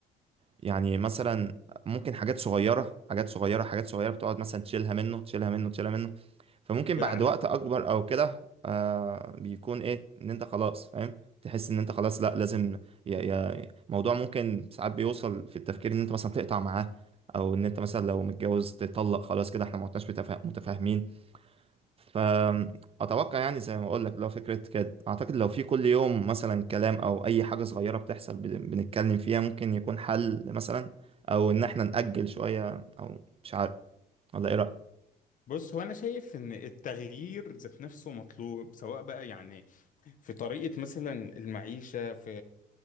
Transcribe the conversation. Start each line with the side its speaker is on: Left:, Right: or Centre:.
Right: يعني مثلا ممكن حاجات صغيرة حاجات صغيرة حاجات صغيرة بتقعد مثلا تشيلها منه تشيلها منه تشيلها منه فممكن
Left: فعلا
Right: بعد وقت أكبر أو كده آه بيكون إيه إن أنت خلاص فاهم تحس إن أنت خلاص لأ لازم يا يا موضوع ممكن ساعات بيوصل في التفكير إن أنت مثلا تقطع معاه أو إن أنت مثلا لو متجوز تطلق خلاص كده إحنا ما عدناش متفا- متفاهمين فأتوقع يعني زي ما أقول لك لو فكرة كده أعتقد لو في كل يوم مثلا كلام أو أي حاجة صغيرة بتحصل بن- بنتكلم فيها ممكن يكون حل مثلا أو إن إحنا نأجل شوية أو مش عارف ولا إيه رأيك؟
Left: بص هو انا شايف ان التغيير ذات نفسه مطلوب سواء بقى يعني في طريقة مثلا المعيشة في